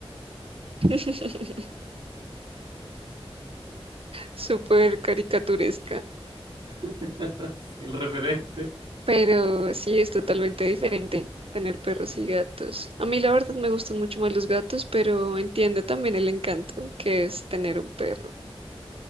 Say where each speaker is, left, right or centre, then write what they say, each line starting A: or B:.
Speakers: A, on the right; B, on the right.
A: <laughs> súper caricaturesca,
B: <laughs> Sí, el referente.
A: pero sí es totalmente diferente tener perros y gatos. A mí la verdad me gustan mucho más los gatos, pero entiendo también el encanto que es tener un perro.